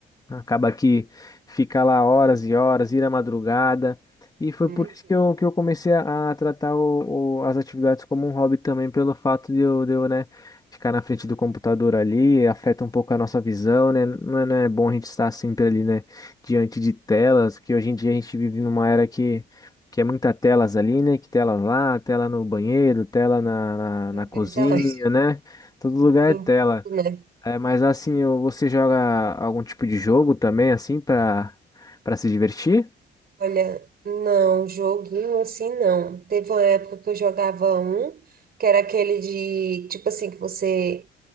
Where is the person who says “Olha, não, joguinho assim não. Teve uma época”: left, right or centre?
Right